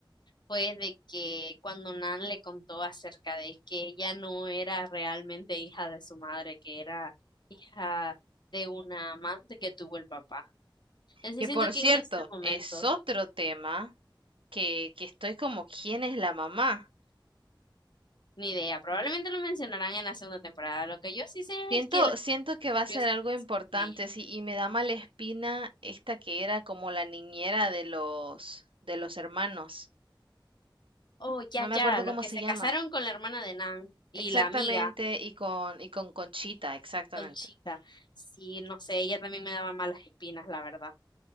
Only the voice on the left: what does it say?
fue de que cuando Nan le contó acerca de que ella no era realmente hija de su madre, que era hija de una amante que tuvo el papá. Entonces
siento que
en este momento,
ni idea, probablemente lo mencionarán en la segunda temporada. Lo que yo sí sé
es que la
abrió
su
corazón
con ella.
Oh, ya,
ya,
los
que
se
casaron con la hermana de Nan y
la amiga,
Conchita. Sí, no sé, ella también me daba malas espinas, la verdad.